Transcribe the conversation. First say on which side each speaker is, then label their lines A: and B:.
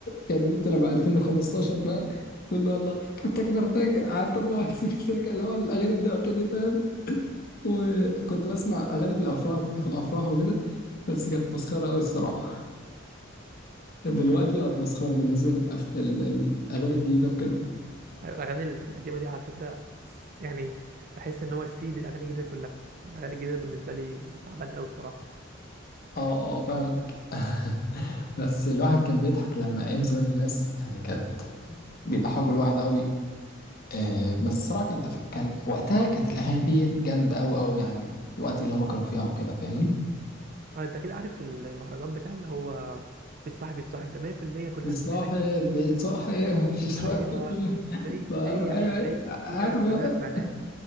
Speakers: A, on the left; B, on the right.
A: كان انت لما 2015 بقى تقول له والله فرتك فرتك قعدت طبلة واحد سكسك <laughs> اللي هو الاغاني الضحك دي فاهم وكنت بسمع اغاني في الافراح في الافراح وكده بس كانت مسخره قوي الصراحه دلوقتي بقت مسخره بالنسبه للأف... ال- ال- الاغاني الجديده وكده
B: أيوة، الاغاني ال- القديمه دي على فكره س- يعني بحس ان هو السيد الاغاني الجديده كلها الاغاني الجديده بالنسبه لي تعبان قوي بصراحه
A: اه اه فاهم <laughs> بس الواحد كان بيضحك لما ايام زمان الناس يعني كانت بيضحكوا الواحد قوي آه بس الصراحه كانت أف- كان وقتها كانت الاغاني دي جامده قوي قوي يعني الوقت اللي هما كانوا فيها وكده فاهمني
B: اه انت كده عارف المهرجان بتاع اللي هو مفيش صاحب يتصاحب ده 100% كلنا
A: بتصاحب
B: سمعناه
A: بتصاحب <laughs> مش
B: ايوه
A: راجل
B: 100%
A: فار- ايوه أيوة. عارفه
B: كلنا سمعناه